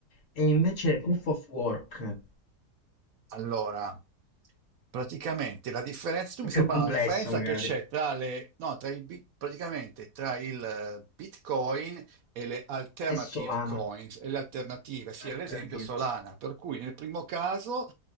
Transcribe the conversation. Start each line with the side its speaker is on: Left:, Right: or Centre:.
Left: e invece proof of work,
Right: allora, praticamente la differenza, tu
Left: è
Right: mi
Left: più
Right: stai parlando
Left: complesso
Right: della differenza
Left: magari,
Right: che c'è tra le, no, tra i, bit- praticamente tra il eh, Bitcoin e le alternative
Left: è Solana,
Right: coins, e le alternative, sì,
Left: eh,
Right: ad esempio
Left: per dirti.
Right: Solana, per cui nel primo caso,